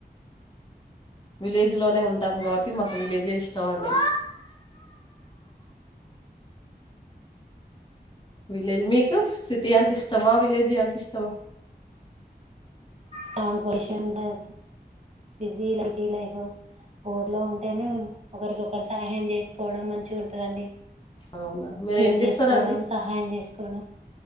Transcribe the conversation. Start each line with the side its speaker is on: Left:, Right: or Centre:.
Left: విలేజ్ లోనే ఉంటాం కాబట్టి మాకు విలేజే ఇష్టం అండి విలేజ్ మీకు సిటీ అంటె ఇష్టమా విలేజీ అంటే ఇష్టమా
Right: సౌండ్ పొల్యూషన్ <unintelligible> బిజీ లైటీ లైఫ్ ఊర్లో ఉంటేనే ఒకరికొకరు సహాయం చేసుకోవడం మంచిగ్ ఉంటదండి
Left: అవునా మీరు
Right: చేర్
Left: ఏం చేస్తారండి?
Right: చేసుకోవడం సహాయం చేసుకోవడం